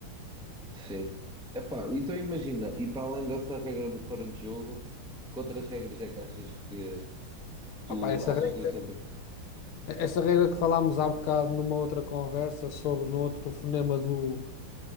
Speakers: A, in the centre; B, on the left (about 85°).
A: Sim. Epá, então imagina, e para além dessa regra do fora de jogo, que outras regras é que achas que tu
B: Opa, essa,
A: achas
B: re-
A: que devem ser
B: essa regra que falámos há bocado numa outra conversa sobre, no outro telefonema do